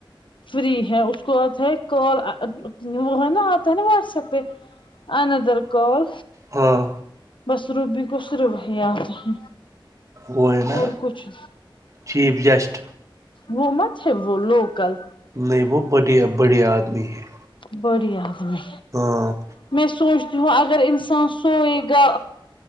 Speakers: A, on the left; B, on the right.
A: فری ہے اس کو آتا ہے کال وہ ہے نا آتا ہے نا واٹس ایپ پہ آنادر کال
B: ہاں
A: بس روبی کو پھر وہی آتا ہے
B: وہ ہے نا
A: اور کچھ
B: چیف گیسٹ
A: وہ مت ہے وہ لوکل
B: نہیں وہ بڑھیا بڑھیا آدمی ہیں
A: بڑھیا آدمی
B: تو
A: میں سوچتی ہوں اگر انسان سوئے گا